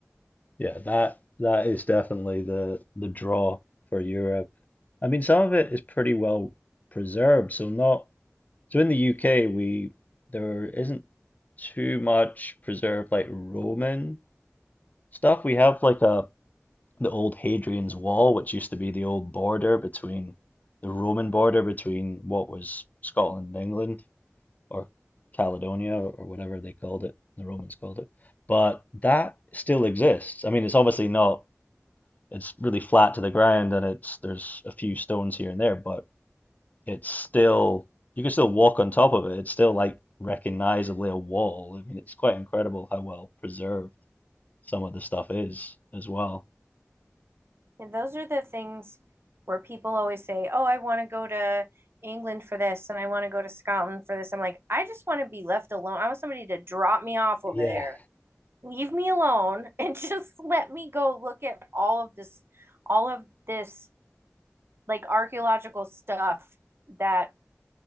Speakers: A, on the left; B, on the right.
A: yeah that that is definitely the the draw for Europe I mean some of it is pretty well preserved so not So in the UK, we there isn't too much preserved like Roman stuff. We have like a the old Hadrian's Wall, which used to be the old border between the Roman border between what was Scotland and England or Caledonia or whatever they called it, the Romans called it. But that still exists. I mean, it's obviously not, it's really flat to the ground and it's there's a few stones here and there, but it's still you can still walk on top of it. It's still like recognizably a wall. I mean, it's quite incredible how well preserved some of the stuff is as well.
B: And those are the things where people always say, "Oh, I want to go to England for this, and I want to go to Scotland for this." I'm like, I just want to be left alone. I want somebody to drop me off over
A: Yeah.
B: there, leave me alone, and <laughs> just let me go look at all of this, all of this like archaeological stuff that